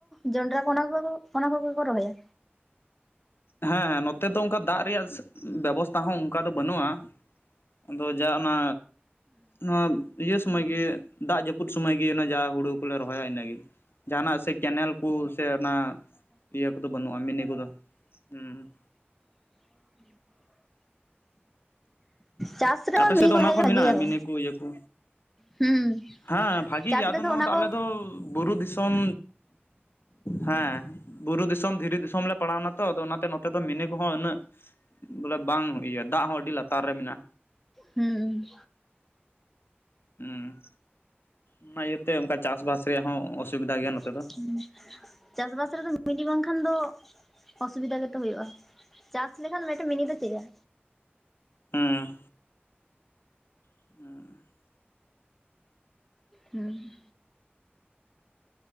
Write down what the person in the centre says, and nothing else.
ᱡᱚᱱᱰᱨᱟ, ᱠᱚ ᱚᱱᱟ ᱠᱚ, ᱚᱱᱟ ᱠᱚᱜᱮ ᱠᱚ ᱨᱚᱦᱚᱭᱟ᱾
ᱪᱟᱥ ᱨᱮᱦᱚᱸ
ᱢᱤᱫ
ᱠᱚ
ᱵᱷᱟᱜᱮᱭᱟᱠᱚ
ᱦᱩᱸ
ᱪᱟᱥ
ᱨᱮᱫᱚ
ᱚᱱᱟ
ᱠᱚ
ᱦᱩᱸ
ᱦ
<inaudible> ᱪᱟᱥᱵᱟᱥ ᱨᱮᱫᱚ ᱢᱤᱱᱤ ᱜᱮ ᱵᱟᱝᱠᱷᱟᱱ ᱫᱚ ᱚᱥᱩᱵᱤᱫᱟ ᱜᱮᱛᱚ ᱦᱳᱭᱳᱜ-ᱟ᱾ ᱪᱟᱥ ᱤᱰᱮ <inaudible> ᱠᱷᱟᱱ ᱢᱤᱫᱴᱮᱱ ᱢᱤᱱᱤ ᱫᱚ ᱪᱟᱹᱼᱟ᱾
ᱦᱩᱸ